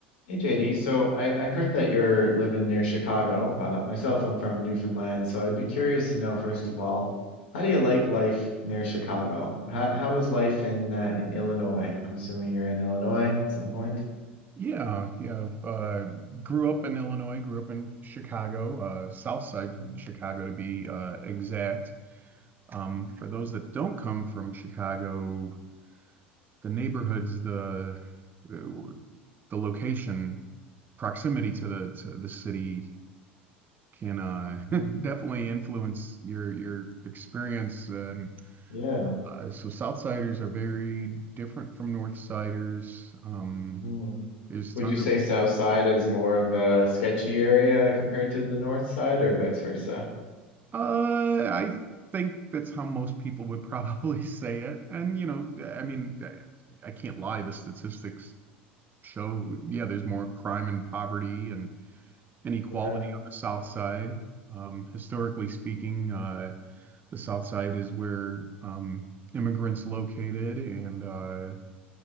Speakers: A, on the left; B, on the right.
A: Hey JD, so I, I heard that you're living near Chicago. Uh, myself, I'm from Newfoundland, so I'd be curious to know first of all, how do you like life near Chicago? How how is life in uh, in Illinois? I'm assuming you're in Illinois at some point.
B: Yeah, yeah. Uh, grew up in Illinois, grew up in Chicago, uh, South Side
A: Mm,
B: Chicago to be uh, exact. Um,
A: mm,
B: for those that don't come from Chicago, the neighborhoods, the the location, proximity to the to the city can uh,
A: mm.
B: <laughs> definitely influence your your experience. And
A: Yeah.
B: uh, so, Southsiders are very different from Northsiders. Um,
A: Mm.
B: there's tons
A: Would you say
B: of
A: South Side is more of a sketchy area compared to the North Side, or vice versa?
B: Uh, I think that's how most people would probably <laughs> say it. And, you know, I mean, I I can't lie. The statistics show, yeah, there's more crime and poverty and inequality
A: Yeah.
B: on the South Side. Um, historically speaking, uh, the South Side is where um, immigrants located, and uh,